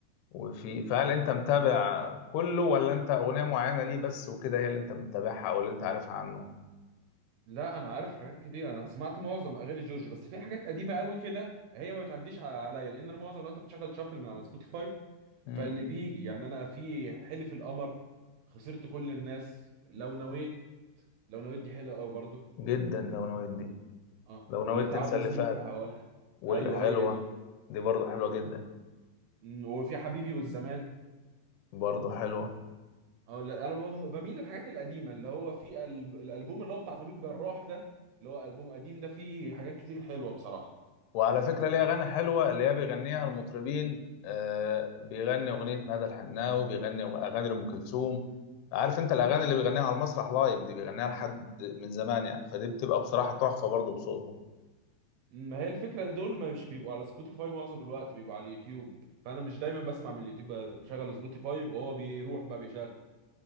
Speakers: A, on the left (about 75°); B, on the right (about 75°).
A: وفي فهل أنت متابع كله ولا أنت أغنية معينة ليه بس وكده هي اللي أنت متابعها أو اللي أنت عارفها عنه
B: لا انا عارف حاجات كتير انا سمعت معظم اغاني جورج بس في حاجات قديمه قوي كده هي ما بتعديش على- عليا لان انا معظم الوقت بتشغل شافل من على سبوتيفاي
A: مم.
B: فاللي بيجي يعني انا في حلف القمر خسرت كل الناس لو نويت لو نويت دي حلوه قوي برضو
A: جدا لو نويت دي
B: اه
A: لو
B: واللي
A: نويت
B: تعبنا
A: تنسى اللي
B: سنين
A: فات
B: في هواه
A: والحلوة
B: ايوه هي دي
A: دي برضو حلوة جدا
B: مم، وفي حبيبي والزمان
A: برضو حلوة
B: اه لا، انا بم- بميل للحاجات القديمه اللي هو في ال- الالبوم اللي هو بتاع طبيب جراح ده اللي هو البوم قديم ده فيه حاجات كتير حلوه بصراحه
A: وعلى فكرة ليه أغاني حلوة اللي هي بيغنيها المطربين آه بيغني أغنية مدى الحناوي بيغني أغاني لأم كلثوم عارف انت الاغاني اللي بيغنيها على المسرح لايف دي بيغنيها لحد من زمان يعني فدي بتبقى بصراحه
B: ع-
A: تحفه برضه بصوته
B: ما هي الفكره دول مش بيبقوا على سبوتيفاي معظم الوقت بيبقوا على اليوتيوب فانا مش دايما بسمع من اليوتيوب بشغل سبوتيفاي وهو بيروح بقى بيشغل